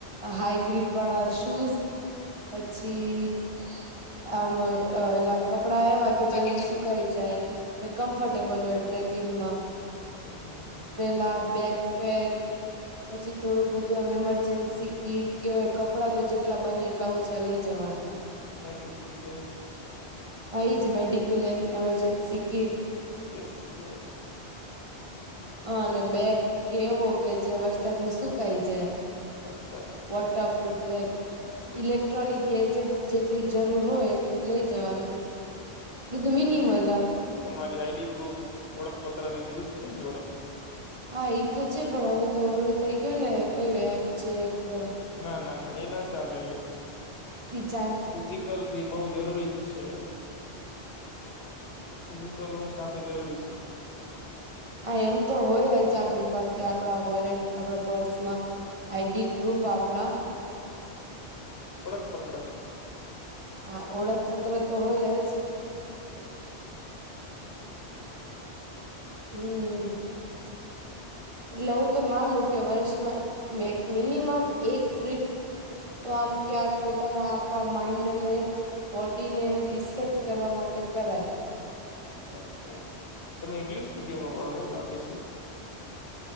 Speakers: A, on the right; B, on the left.
A: હાઈગ્રીડ વાળા શૂઝ પછી આમ ઓલા કપડા એવા. કે
B: બાકી
A: જલ્દી
B: જ
A: સુકાઈ જાય ને કમ્ફર્ટેબલ હોય ટ્રેકિંગમાં.
B: હમ્મ હમ્મ હમ્મ.
A: આ બેગ પેક પછી થોડુંક બધું આમ ઈમરજન્સી કીટ કેવાય કપડાં તો જેટલા બને એટલા ઓછા લઇ જવાનું. હા.
B: મેડિ ખીટ કે.
A: હા એજ મેડિકલ એમ એમરજન્સી કિટ.
B: Yes yes.
A: હા અને બેગ કે એવો કે જે વરસાદમાં સુકાઈ જાય.
B: અચ્છા.
A: વટરપૂફ બેગ
B: હમ
A: લેક ક્ટ્રોનિક ગેજેટ જેટલી જરૂર હોય એટલું જ લઈ જવાનું. બધું
B: પછી
A: મિનીમલ
B: અ, તમારી આઈડી પ્રૂફ ઓળખપત્રને લીધું જ છે ને જોડે.
A: હા એ તો છે પણ હવે તો ઓલું થઈ ગયું ને કયું એપ છે એક
B: ના, ના, ના એ ના ચાલે.
A: ઈ ચાલે છે.
B: ફિઝિકલ ભી બહુ જરૂરી છે. ફિઝિકલ હોવું સાથે જરૂરી છે.
A: હા એમ તો હોય જ આપડી પાસે આપડા વોલેટ આપણા પર્સમાં. આઈડી પ્રૂફ આપણા
B: ઓળખપત્ર.
A: હા ઓળખપત્ર તો હોય જ.
B: હમ.
A: હમ. એટલે હું તો માનું કે વર્ષમાં મિનિમમ એક ટ્રીપ તો આમ ક્યાંક પોતાના આખા માઇન્ડને બોડી ને રીસેટ કરવા માટે કરાય.
B: અચ્છા, તમે ઈંગ્લિશ મીડિયમમાં ભણો એવું લાગે છે.